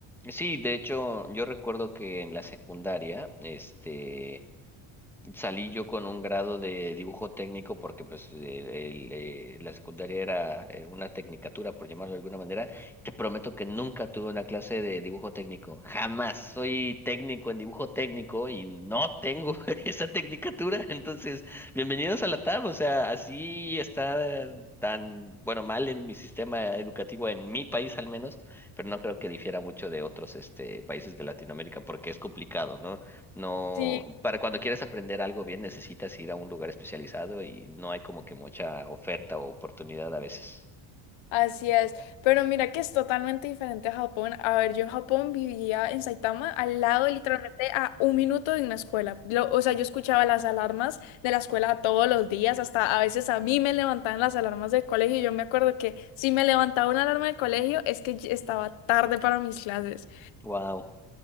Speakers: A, in the centre; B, on the left.
A: Sí, de hecho, yo recuerdo que en la secundaria, este, salí yo con un grado de dibujo técnico porque pues eh, el, eh, la secundaria era eh, una tecnicatura, por llamarlo de alguna manera. Te prometo que nunca tuve una clase de dibujo técnico, jamás. Soy técnico en dibujo técnico y no tengo <laughs> esa tecnicatura. Entonces, bienvenidos a la TAM. O sea, así está tan, bueno, mal en mi sistema educativo, en mi país al menos, pero no creo que difiera mucho de otros este, países de Latinoamérica porque es complicado, ¿no? No,
B: Sí,
A: para cuando quieres aprender algo bien necesitas ir a un lugar especializado y no hay como que mucha oferta o oportunidad a veces.
B: Así es, pero mira que es totalmente diferente a Japón. A ver, yo en Japón vivía en Saitama, al lado literalmente a un minuto de una escuela. Lo- o sea, yo escuchaba las alarmas de la escuela todos los días, hasta a veces a mí me levantaban las alarmas del colegio. Yo me acuerdo que si me levantaba una alarma del colegio es que yo estaba tarde para mis clases
A: Wow.